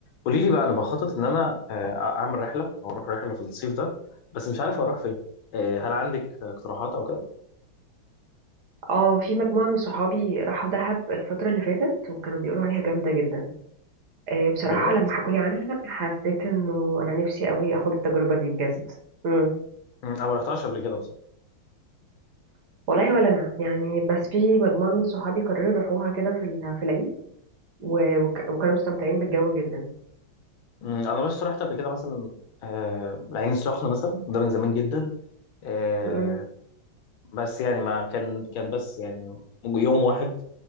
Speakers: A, on the left; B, on the right.
A: قولي لي بقى انا بخطط ان انا آه، اعمل رحله او اروح رحله في الصيف ده بس مش عارف اروح فين آه، هل عندك اقتراحات او كده
B: اه في مجموعة من صحابي راحوا دهب الفترة اللي فاتت وكانوا بيقولوا عليها جامدة جدا آه، بصراحة
A: بجد
B: لما حكولي عنها حسيت انه انا نفسي قوي اخد التجربة دي بجد امم
A: مم، انا ما رحتهاش قبل كده بصراحه
B: والله ولا انا يعني بس في مجموعة من صحابي قرروا يروحوها كده في ال- في العيد و- وك- وكانوا مستمتعين بالجو جدا
A: مم، انا بس رحت قبل كده مثلا آه، العين السخنه مثلا ده من زمان جدا آه،
B: امم
A: بس يعني ما كان كان بس يعني يوم واحد